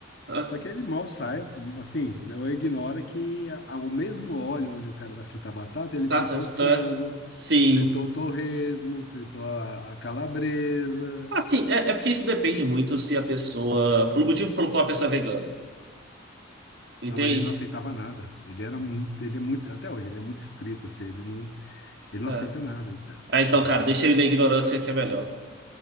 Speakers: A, on the right (about 55°); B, on the left (about 55°).
A: Ah,
B: Só que ele mal sai, assim, ou ignora que a- a- o mesmo óleo onde o cara vai fritar a batata, ele
A: tá,
B: fritou
A: tá, tá.
B: o frango,
A: tá." Sim.
B: fritou o torresmo, fritou a, a calabresa.
A: Assim, é, é porque isso depende muito se a pessoa. Pelo motivo pelo qual a pessoa é vegana. Entende?
B: Não, mas ele não aceitava nada. Ele era muito, ele é muito, até hoje, ele é muito estrito, assim, ele não, ele não
A: É.
B: aceita nada, então.
A: Ah, então,
B: Então
A: cara,
B: é
A: deixa
B: complicado.
A: ele na ignorância que é melhor.